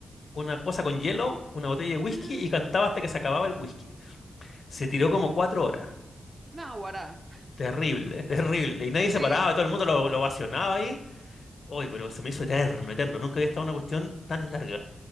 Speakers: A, on the left; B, on the right.
A: una cosa con hielo, una botella de whisky
B: <gasps>
A: y cantaba hasta que se acababa el whisky. Se tiró como cuatro horas.
B: No, guará.
A: Terrible, <laughs> terrible. Y nadie se
B: Sí,
A: paraba, todo el mundo lo, lo ovacionaba ahí. Uy, pero se me hizo eterno, eterno. Nunca había estado en una cuestión tan larga.